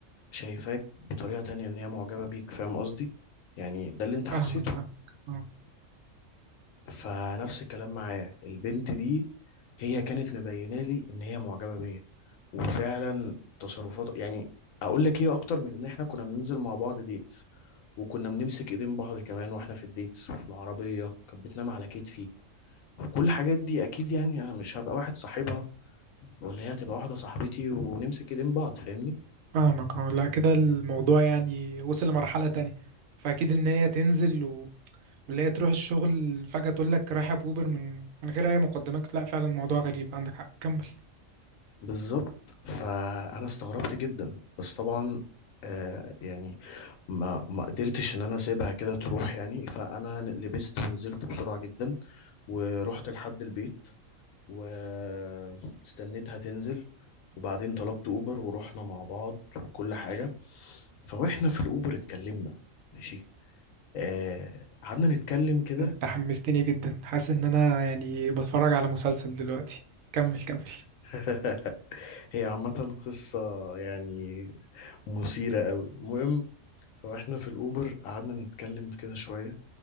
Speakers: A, on the left; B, on the right.
A: شايفاك بطريقه تانية ان هي معجبه بيك فاهم قصدي يعني ده اللي انت حسيته
B: فاهمك فاهمك اه
A: فنفس الكلام معايا البنت دي هي كانت مبينه لي ان هي معجبه بيا وفعلا تصرفات يعني اقول لك ايه اكتر من ان احنا كنا بننزل مع بعض ديت وكنا بنمسك ايدين بعض كمان واحنا في الديت وفي العربيه كانت بتنام على كتفي وكل الحاجات دي اكيد يعني انا مش هبقى واحد صاحبها ولا هي هتبقى واحده صاحبتي ونمسك ايدين بعض فاهمني
B: فاهمك اه لا كده الموضوع يعني وصل لمرحلة تانية فاكيد ان هي تنزل و... ولا هي تروح الشغل فجأة تقول لك رايحة بأوبر من من غير اي مقدمات لا فعلا الموضوع غريب عندك حق كمل
A: بالظبط فانا استغربت جدا بس طبعا آه يعني ما ما قدرتش ان انا اسيبها كده تروح يعني فانا لبست ونزلت بسرعه جدا ورحت لحد البيت واستنيتها تنزل وبعدين طلبت اوبر ورحنا مع بعض وكل حاجه فواحنا في الاوبر اتكلمنا ماشي آه قعدنا نتكلم كده
B: انت حمستني جدا حاسس ان انا يعني بتفرج على مسلسل دلوقتي كمل كمل
A: <laughs> هي عامه قصه يعني مثيرة قوي المهم فاحنا في الأوبر قعدنا نتكلم كده شوية